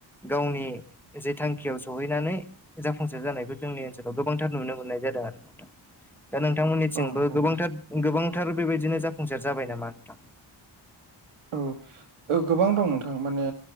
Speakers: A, in the centre; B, on the right (about 85°).
A: गावनि जे थांखियाव सहैनानै जाफुंसार जानायखौ जोंनि सोलाव गोबांथार नुनो मोननाय जादों आरो नोंथां दा नोंथांमोननिथिंबो
B: औ नंगौ नोंथां
A: गोबांथार गोबांथार बेबायदिनो जाफुंसार जाबाय नामा नोंथां?
B: औ औ गोबां दं नोंथां माने